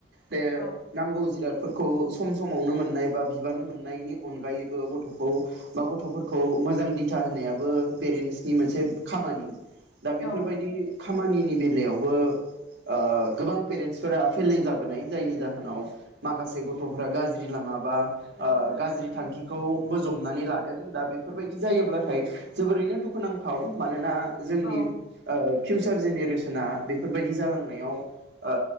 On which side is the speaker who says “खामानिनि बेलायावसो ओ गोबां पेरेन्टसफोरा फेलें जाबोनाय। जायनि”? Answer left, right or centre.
Right